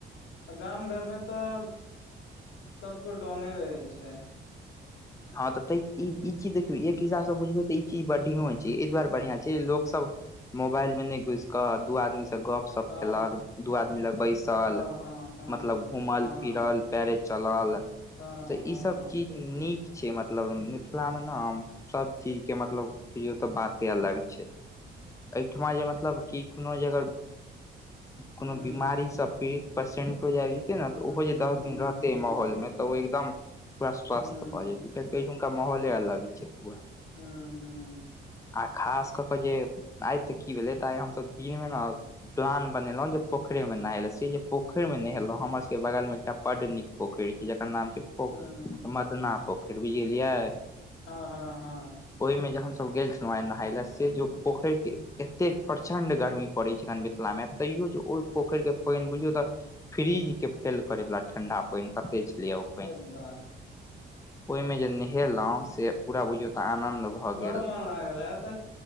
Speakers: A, on the left (about 80°); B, on the left (about 15°).
A: गाम घर में तऽ सबकुछ डाउने रहे छै
B: हँ तऽ त ई चीज देखियौ एक हिसाबसँ बुझबै तऽ ई चीज बढ़ियो छै एहि दुआरे बढ़िआं छै लोक सब मोबाइल मे न घुसि कऽ दू आदमी से गप सब
A: हँ
B: केलक दू आदमी लग बैसल
A: हँ हँ हँ
B: मतलब घूमल
A: हँ
B: फिरल पैरे चलल
A: हँ
B: तऽ
A: हँ
B: ई सब चीज नीक छ मतलब मिथिला मे ने सब चीज के मतलब बुझौ तऽ बाते अलग छै एहिठुमा जे मतलब कि कोनो जे अगर कोनो
A: हूँ
B: बीमारी से पीड़ित पेसेंटो जे आब जेते ने
A: हूँ
B: तऽ ओहो
A: हूँ
B: जे दस दिन रहते
A: हूँ हूँ
B: माहौल मे तऽ ओ एकदम पूरा स्वस्थ
A: हूँ
B: भऽ जेत किय ओठुका माहौले अलग छै पूरा
A: हँ ह
B: आ खास कऽ कऽ जे आइ तऽ की भेलै तऽ आइ हमसभ दिनमे ने प्लान बनेलहुॅं जे पोखरिमे नहेले से जे पोखरिमे नहेलहुँ हमर सबके बगलमे एकटा बड नीक पोखरि छै जकर नाम छै पख
A: हूँ
B: मदना पोखरि बुझलियै
A: हँ हँ हँ
B: ओहि में ज हमस गेल छलहुँ आ नहायल से जो पोखर के एतेक प्रचंड गर्मी पड़ै छैनि मिथिला मे तैयो जे ओहि पोखरिक के पानि बुझियौ तऽ फ्रिज के फेल करैवला ठंडा पानि तते छलियै ओ पानि
A: बाह
B: ओहि में जे नहेलहुं से पूरा बुझियो ते आनंद भऽ
A: बड़
B: गेल
A: मन लागल हैत